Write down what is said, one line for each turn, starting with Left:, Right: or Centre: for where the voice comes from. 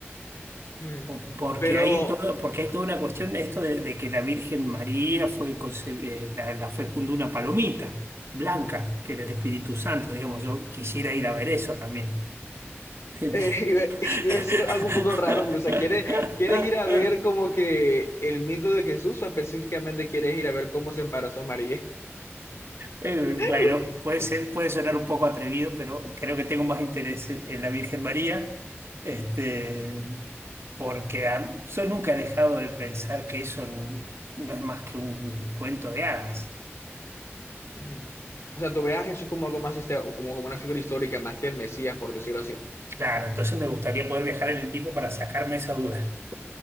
Left: Mm.
Right: Po- Porque
Left: Pero
Right: hay todo, porque hay toda una cuestión de esto de, de que la Virgen María fue conce- eh, la, la fecundó una palomita blanca, que era el Espíritu Santo, digamos, yo quisiera ir a ver eso también. <laughs>
Left: eh, <laughs> iba, iba a decir algo un poco raro, porque, o sea, ¿quieres, quieres ir a ver como que el mito de Jesús o específicamente quieres ir a ver cómo se embarazó María?
Right: Eh,
Left: <laughs>
Right: Bueno, puede ser, puede sonar un poco atrevido, pero creo que tengo más interés en la Virgen María, este, porque a- yo nunca he dejado de pensar que eso n- no es más que un cuento de hadas.
Left: Mm. O sea, tú ves a Jesús como algo más, histe- como, como una figura histórica más que el Mesías, por decirlo así.
Right: Claro, entonces me gustaría poder viajar en el tiempo para sacarme esa duda.